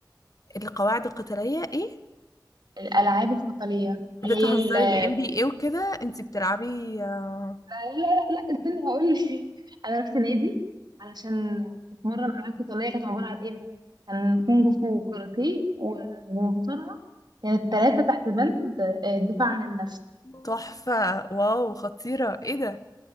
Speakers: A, on the left; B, on the right.
A: القواعد القتالية ايه
B: الالعاب القتاليه
A: بتهزري
B: اللي هي ال... لا
A: الام بي اي وكده انتي بتلعبي آه،
B: لا لا لا استنى هقول لك <laughs> انا رحت نادي علشان اتمرن العاب قتاليه كانت عباره عن ايه بقى كان كونج فو وكاراتيه ومصارعه كانت ثلاثه تحت بند آه، دفاع عن النفس
A: تحفة واو خطيرة ايه ده